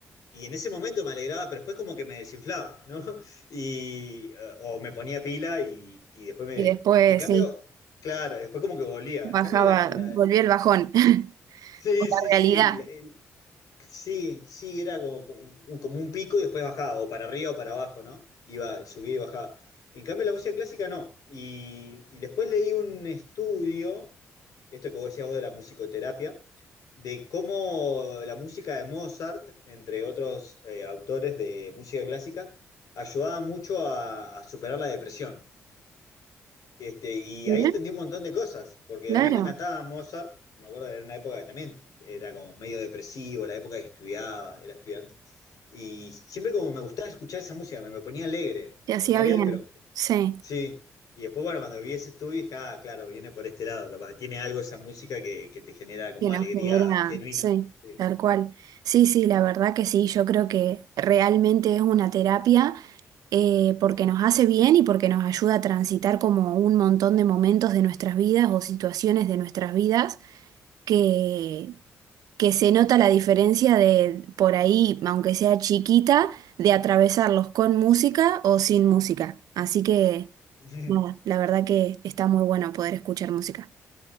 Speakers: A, on the left; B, on the right.
A: Y en ese momento me alegraba, pero después como que me desinflaba, ¿no? <laughs> Y, eh, o me ponía pila y, y después me...
B: Y después,
A: En cambio,
B: sí,
A: claro, después como que volvía.
B: bajaba,
A: En cambio, la, la-
B: volvió el bajón. <laughs>
A: Sí,
B: con
A: sí,
B: la
A: sí.
B: realidad.
A: La, Sí, sí, era como un, como un pico y después bajaba, o para arriba o para abajo, ¿no? Iba, subía y bajaba. En cambio, la música clásica no. Y, y después leí un estudio, esto que vos decías vos de la musicoterapia, de cómo la música de Mozart, entre otros eh, autores de música clásica, ayudaba mucho a, a superar la depresión. Este, y
B: Mira,
A: ahí entendí un montón de cosas, porque
B: Claro,
A: a mí me encantaba Mozart, me acuerdo de una época que también era como medio depresivo, la época que estudiaba, era estudiante, y siempre como me gustaba escuchar esa música, me, me ponía alegre,
B: te
A: me
B: hacía
A: ponía alegre,
B: bien.
A: pero
B: Sí,
A: sí, y después bueno, cuando vi ese estudio dije, ah, claro, viene por este lado, capaz, tiene algo esa música que, que te genera como
B: que nos
A: alegría
B: genera,
A: genuina.
B: sí,
A: Sí.
B: tal cual. Sí, sí, la verdad que sí, yo creo que realmente es una terapia eh, porque nos hace bien y porque nos ayuda a transitar como un montón de momentos de nuestras vidas o situaciones de nuestras vidas que que se nota la diferencia de por ahí, aunque sea chiquita, de atravesarlos con música o sin música. Así que,
A: <laughs>
B: nada, la verdad que está muy bueno poder escuchar música.